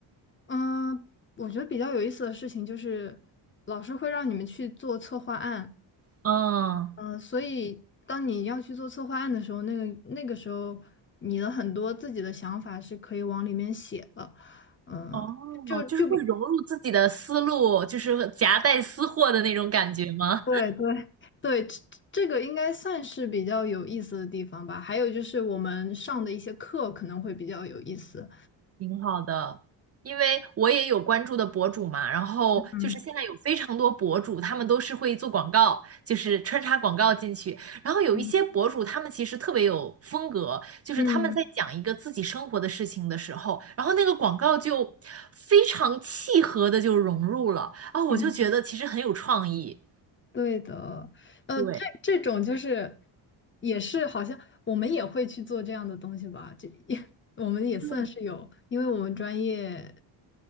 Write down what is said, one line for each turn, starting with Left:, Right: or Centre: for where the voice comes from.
Left: 嗯，我觉得比较有意思的事情就是，老师会让你们去做策划案。
Right: 嗯，
Left: 嗯，所以当你要去做策划案的时候，那个那个时候，你的很多自己的想法是可以往里面写的。嗯，
Right: 哦，
Left: 就就比
Right: 就是会融入自己的思路，就是夹带私货的那种感觉吗？
Left: 对对对，这这个应该算是比较有意思的地方吧。还有就是我们上的一些课可能会比较有意思。
Right: 挺好的，因为我也有关注的博主嘛，然后就是现在有非常多博主，
Left: 嗯
Right: 他们都是会做广告，就是穿插广告进去。然后有一些博主，
Left: 嗯
Right: 他们其实特别有风格，就是他们在讲一个自己生活的事情的时候，
Left: 嗯
Right: 然后那个广告就非常契合的就融入了啊，我就觉得其实很有创意。
Left: 嗯。对的，呃，
Right: 对，
Left: 这这种就是也是好像我们也会去做这样的东西吧，这也 <laughs> 我们也算是有，
Right: 对，
Left: 因为我们专业